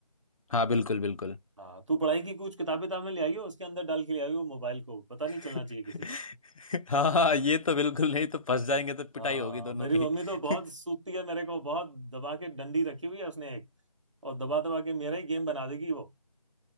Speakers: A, on the left; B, on the right.
A: हाँ बिल्कुल बिल्कुल
B: हाँ तू पढ़ाई की कुछ किताबें ताबें ले आई हो उसके अंदर डाल के ले आई हो मोबाइल को पता
A: <laughs>
B: नहीं चलना चाहिए किसी को
A: हाँ हाँ ये तो बिल्कुल नहीं तो फंस जाएंगे तो पिटाई
B: हाँ
A: होगी दोनों
B: मेरी
A: की
B: मम्मी
A: <laughs>
B: तो बहुत सूती है मेरे को बहुत दबा के डंडी रखी हुई है उसने एक और दबा दबा के मेरा ही गेम बना देगी वो